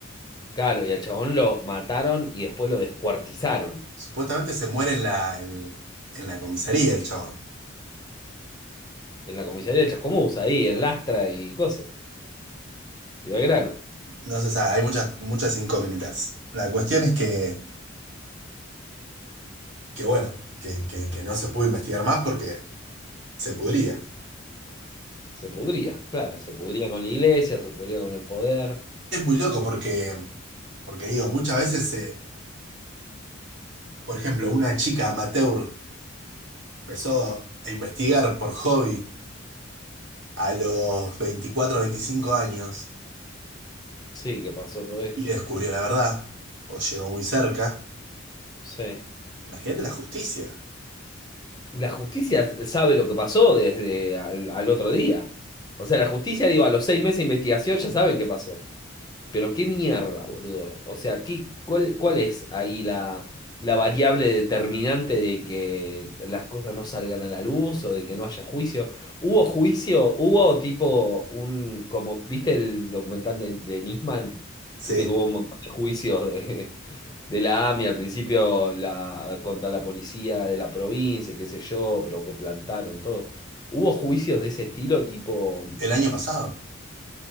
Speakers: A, on the left; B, on the right.
A: Claro, y al chabón lo mataron y después lo descuartizaron
B: Supuestamente se muere en la, en, en la comisaría el chabón.
A: en la comisaría de Chascomús, ahí, en Lastra y cosas. Y Belgrano.
B: No se sabe, hay muchas, muchas incógnitas. La cuestión es que, que bueno, que, que que no se pudo investigar más porque se pudría.
A: Se pudría, claro, se pudría con la iglesia, se pudría con el poder.
B: Es muy loco porque, porque digo, muchas veces, eh, por ejemplo, una chica amateur empezó a investigar por hobby a los 24 25 años
A: Sí, que pasó todo esto.
B: y descubrió la verdad, o llegó muy cerca.
A: Sí.
B: Imagínate la justicia.
A: La justicia sabe lo que pasó desde al, al otro día. O sea, la justicia, digo, a los seis meses de investigación ya saben qué pasó. Pero qué mierda, boludo. O sea, ¿qué, cuál, cuál es ahí la, la variable determinante de que las cosas no salgan a la luz o de que no haya juicio? ¿Hubo juicio? ¿Hubo tipo un, como, viste el documental de, de Nisman?
B: Sí,
A: Viste que hubo un montón de juicios de, <laughs> de la AMIA al principio la, contra la policía de la provincia, qué sé yo, pero que plantaron todo. ¿Hubo juicios de ese estilo tipo
B: el año pasado,